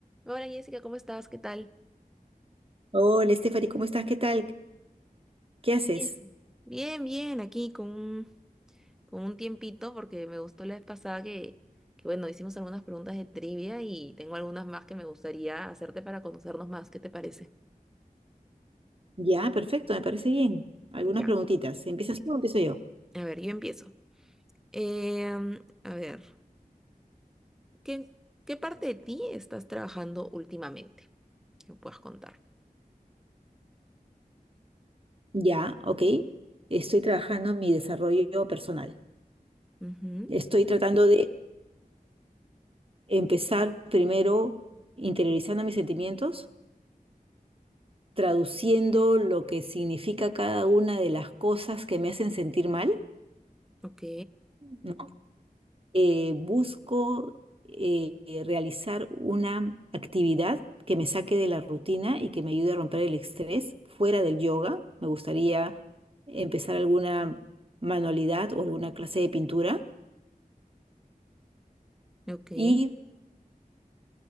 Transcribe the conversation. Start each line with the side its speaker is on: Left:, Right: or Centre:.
Centre: Hola Jessica, ¿cómo estás? ¿Qué tal?
Right: Hola, Stephanie, ¿cómo estás? ¿Qué tal? ¿Qué haces?
Centre: Bien. Bien, bien, aquí con un, con un tiempito porque me gustó la vez pasada que, que, bueno, hicimos algunas preguntas de trivia y tengo algunas más que me gustaría hacerte para conocernos más. ¿Qué te parece?
Right: Ya, perfecto, me parece bien. Algunas
Centre: Ya,
Right: preguntitas. ¿Empiezas tú o empiezo yo?
Centre: a ver, yo empiezo. Em, a ver, ¿qué, qué parte de ti estás trabajando últimamente? Que me puedas contar.
Right: Ya, ok. Estoy trabajando en mi desarrollo personal.
Centre: Ujú,
Right: Estoy tratando de empezar primero interiorizando mis sentimientos, traduciendo lo que significa cada una de las cosas que me hacen sentir mal,
Centre: ok,
Right: ¿no? eh, busco eh, eh, realizar una actividad que me saque de la rutina y que me ayude a romper el estrés fuera del yoga. Me gustaría empezar alguna manualidad o alguna clase de pintura
Centre: ok.
Right: y